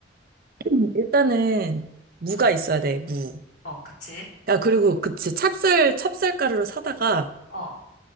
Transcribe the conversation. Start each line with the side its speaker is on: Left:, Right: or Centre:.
Right: 음, 일단은 무가
Left: 응,
Right: 있어야 돼, 무.
Left: 어, 그치?
Right: 야, 그리고 그치 찹쌀 찹쌀 가루를 사다가
Left: 어,